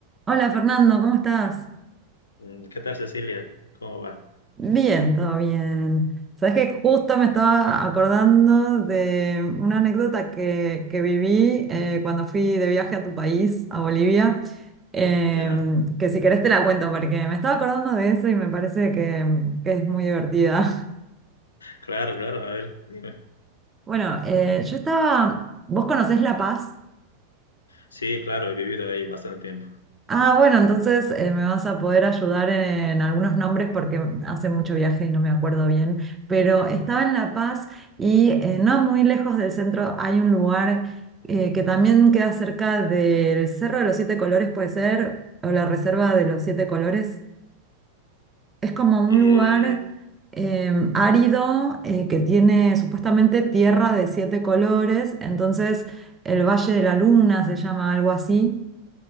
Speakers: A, on the right; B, on the left.
A: Hola Fernando, ¿cómo estás?
B: Mm, ¿Qué tal, Cecilia? ¿Cómo va?
A: Bien, todo bien. Sabes que justo me estaba acordando de una anécdota que, que viví eh, cuando fui de viaje a tu país, a Bolivia, em,
B: Ya,
A: que si querés te la cuento porque me estaba acordando de eso y me parece que, que es muy divertida. <laughs>
B: claro, claro, a ver, dime.
A: Bueno, eh, yo estaba, ¿vos conocés La Paz?
B: Sí, claro, he vivido ahí bastante tiempo.
A: Ah, bueno, entonces eh, me vas a poder ayudar en algunos nombres porque hace mucho viaje y no me acuerdo bien, pero estaba en La Paz y eh, no muy lejos del centro hay un lugar eh, que también queda cerca del Cerro de los Siete Colores, puede ser, o la Reserva de los Siete Colores. Es como un
B: Eh,
A: lugar em, árido eh, que tiene supuestamente tierra de siete colores, entonces el Valle de la Luna se llama algo así.